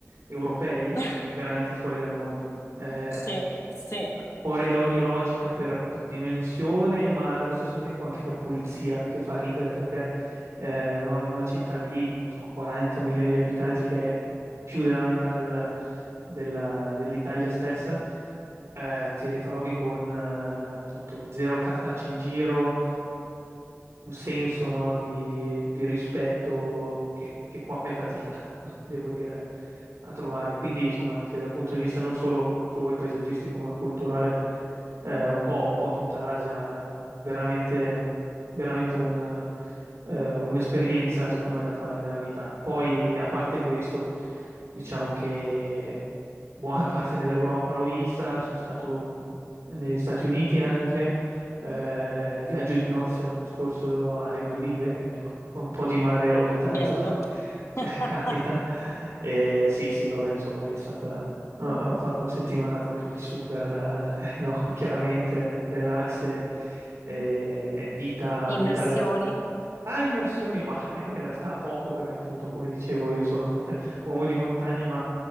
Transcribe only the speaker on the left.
<laughs>
Sì, sì.
Ah,
bello.
<laughs>
Immersioni.